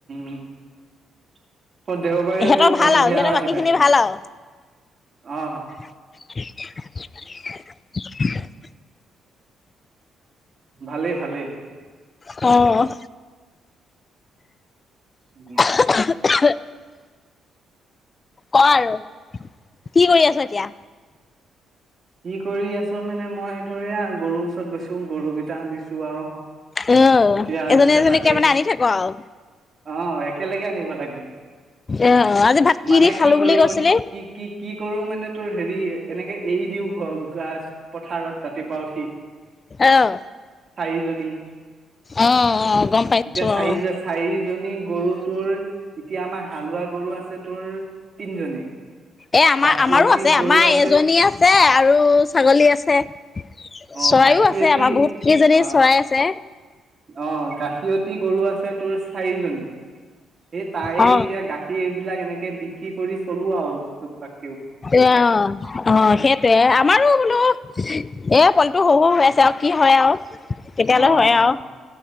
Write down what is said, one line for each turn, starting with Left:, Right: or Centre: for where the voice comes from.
Right: উ দেওবাৰে
Left: সিহঁতৰ
Right: তোৰ
Left: ভাল
Right: সন্ধিয়া
Left: আৰু সিহঁতৰ
Right: আহি
Left: বাকী খিনি
Right: পাইছো।
Left: ভাল আৰু
Right: অঁ।
Left: <inaudible>
Right: ভালেই ভালেই।
Left: অঁ।
Right: উম।
Left: <inaudible> ক আৰু। কি কৰি আছ এতিয়া?
Right: কি কৰি আছ মানে মই ধৰিয়া গৰুৰ ওচৰত গৈছো গৰুকেইটা আৰু।
Left: আহ,
Right: এতিয়া
Left: এজনী
Right: এতিয়া
Left: এজনীকে
Right: তাকে
Left: মানে আনি থাক আৰু।
Right: অ একেলগে আনিব লাগে
Left: অ, আজি ভাত কি
Right: মানে
Left: দি খালো বুলি
Right: কৰো
Left: কৈছিলে?
Right: মান কি কি কি কৰো তোৰ হেৰি, এনেকে এৰি দিও ঘ গছ পথাৰত ৰাতিপুৱা উঠি।
Left: আহ।
Right: চাৰিজনী
Left: আহ আহ গম পাইছো
Right: এতিয়া
Left: আহ,
Right: চাৰি চাৰিজনী গৰু তোৰ এতিয়া আমাৰ হালোৱা গৰু আছে তোৰ তিনজনী
Left: এ আমাৰ
Right: গাখীৰতী
Left: আমাৰো আছে
Right: গৰু
Left: আমাৰ
Right: আছে
Left: এজনী আছে আৰু ছাগলী আছে। চৰাইও
Right: অ গাখীৰতী
Left: আছে আমাৰ বহুত কিজনী
Right: অ
Left: চৰাই আছে।
Right: অ, গাখীৰতি গৰু আছে। তোৰ চাৰিজনী সেই তাই
Left: অ
Right: এতিয়া গাখীৰবিলাক এনেকে বিক্ৰী কৰি চলো আৰু। ত প <unintelligible>
Left: অ অ সেইটোৱে, আমাৰো বোলো। এ, পলটো শহু হৈ আছে আৰু কি হয় আৰু। কেতিয়ালৈ
Right: অ
Left: হয় আৰু
Right: অ